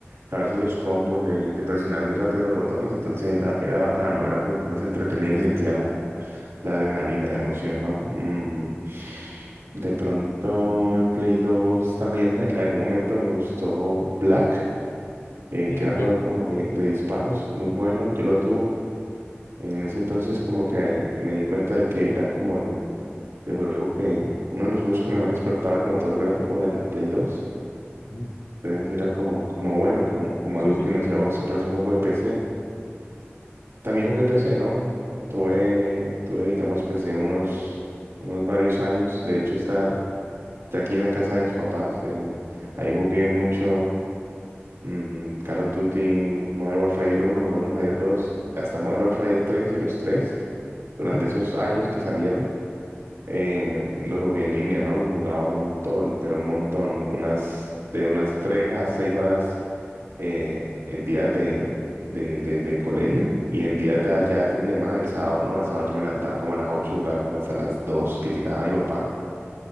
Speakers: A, on the right; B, on the left.
A: saberse los combos, de, de presionar muy rápido los botones. Entonces era, era bacano, era como que uno se entretenía y sentía la, la adrenalina, la emoción, ¿no? Mm, de pronto en Play 2 también en algún momento me gustó Black, eh,
B: mm,
A: que era un
B: ya.
A: juego como de, de disparos, muy bueno, yo lo tuve. En ese entonces como que me di cuenta de que era como el, el juego que, uno de los juegos que mejor explotaba el motor gráfico de la Play dos
B: Ujú.
A: Entonces era como, como bueno, como, como
B: Sí,
A: algo
B: sí,
A: que
B: sí.
A: me decía, "Oh, esto parece un juego de PC. También jugué PC, ¿no? Tuve, tuve, digamos, PC unos, unos varios años. De hecho, está, está aquí en la casa de mis papás. eh, ahí jugué mucho, mm, Call of Duty, Modern Warfare uno, Modern Warfare dos, hasta Modern Warfare tres y los tres. durante
B: Ujú,
A: esos años que salieron, eh, los jugué en línea, ¿no? Y jugaba un montón, pero un montón, unas de unas 3 a 6 horas eh, en días de, de, de, de colegio y en días de allá de fin de semana, el sábado, ¿no? El sábado yo me levantaba como a las 8 y jugaba como hasta las 2 que llegaba mi papá.